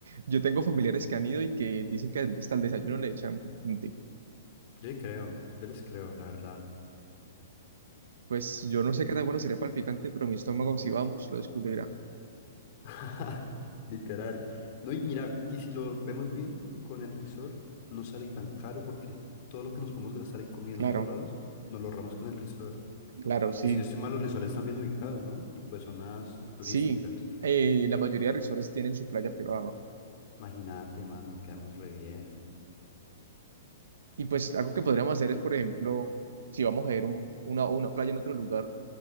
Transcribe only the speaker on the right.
yo tengo familiares que han ido y que dicen que hasta el desayuno le echan picante.
Pues yo no sé qué tan bueno sería para el picante, pero mi estómago, si vamos, lo descubrirá.
Claro,
claro, sí,
sí. Eh, la mayoría de resorts tienen su playa privada.
Y pues algo que podríamos hacer es, por ejemplo, si vamos a ir a un- una, una playa en otro lugar,